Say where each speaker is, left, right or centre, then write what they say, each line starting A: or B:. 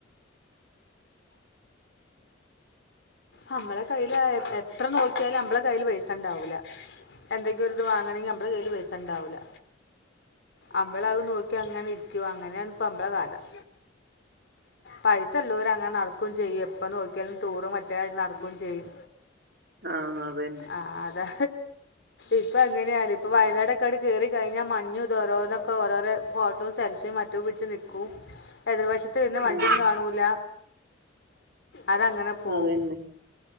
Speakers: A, on the left (about 60°); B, on the right (about 55°).
A: നമ്മളെ കയ്യിൽ എത്ര നോക്കിയാലും നമ്മളെ കൈൽ പൈസ ഉണ്ടാവൂല എന്തെങ്കിലും ഒരു ഇത് വാങ്ങണെങ്കിൽ നമ്മള കൈൽ പൈസണ്ടാവൂല്ല അമ്മള അത് നോക്കി അങ്ങനെ ഇരിക്കുവ അങ്ങനെയണ ഇപ്പളെ കാലം പൈസള്ളവര് അങ്ങനെ നടക്കുകയും ചെയ്യും എപ്പ നോക്കിയാലും ടൂറ് മറ്റ ഒറ്റായി നടക്കോം ചെയ്യും
B: ആഹ് അതന്നെ
A: ആഹ് അതാ ഇപ്പൊ എങ്ങനെയാണ് ഇപ്പൊ വയനാടൊക്കെ അങ്ങട് കേറി കഴിഞ്ഞാൽ മഞ്ഞുത് ഓരോന്നൊക്കെ ഓരോരോ ഫോട്ടോ സെൽഫിയും മറ്റും പിടിച്ച് നക്കും എതിർവശത്ത് തന്നെ
B: ഉം
A: വണ്ടിയും കാണൂല അതങ്ങനെ പോവും
B: അതന്നെ